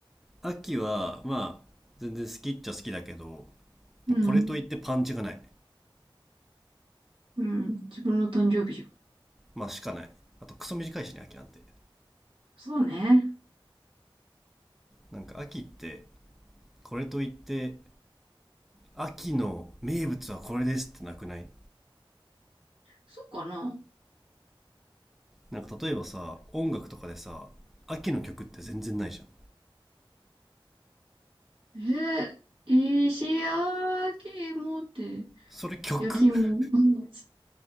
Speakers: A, in the centre; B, on the right.
A: 秋は、まあ、全然好きっちゃ好きだけど、
B: うん。
A: これといってパンチがない。
B: うん。自分の誕生日じゃん。
A: まあ、しかない。あと、クソ短いしね、秋なんて。
B: そうね。
A: なんか、秋って、これといって、秋の名物はこれですってなくない
B: そうかな。
A: なんか、例えばさ、音楽とかでさ、秋の曲って全然ないじゃん。
B: えー、石焼き芋って、
A: それ曲
B: 焼き芋。
A: <laughs>
B: <laughs> うん。